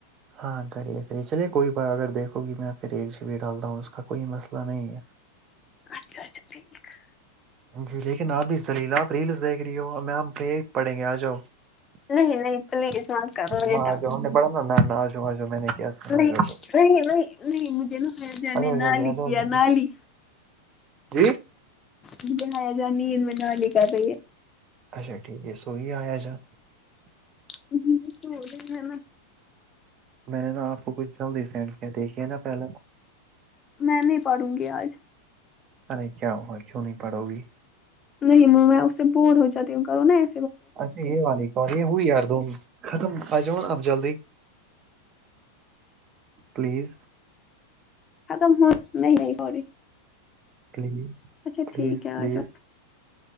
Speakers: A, on the right; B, on the left.
A: ہاں کریے کریے چلیے کوئی بات اگر دیکھو گی میں پھر ایک جی بی ڈالتا ہوں اس کا کوئی مسئلہ نہیں ہے
B: اچھا اچھا ٹھیک ہے
A: جی لیکن آبھی زلیلا آپ ریلس دیکھ رہی ہو میں آپ پہ پڑیں گے آ جاؤ
B: نہیں نہیں پلیز مت کرو مجھے
A: ہاں
B: تنگ
A: ا جاؤ میں پڑھاؤں گا میتھ ہاں اجاؤ ا جاؤ میں نے کیا ا
B: نہیں
A: جاؤ تم
B: نہیں نہیں نہیں مجھے نا فیضا نے
A: جاؤ
B: نالی
A: جلدی آ جاؤ
B: کیا
A: جلدی۔
B: نالی
A: جی
B: مجھے حائضہ نے ان میں نہ لکھا تھا یہ
A: اچھا ٹھیک ہے سوئی ہے عائزہ
B: ہو ہو تو ہے نا
A: میں نے نا آپ کو کچھ چوبیس سینڈ کیا دیکھیے نا پہلے
B: میں نہیں پڑھوں گی آج
A: ارے کیا ہوا کیوں نہیں پڑو گی
B: نہیں میں اس سے بور ہو جاتی ہوں کروں نا ای
A: اچھا یہ بالی پڑھیے اؤ ار دو ختم آ جاؤا اپ جلدی پلیز
B: ختم ہو نہیں نہیں ہو رہی
A: پلیز
B: اچھا ٹھیک
A: پلیز
B: ہے
A: پلیز
B: آ جاؤ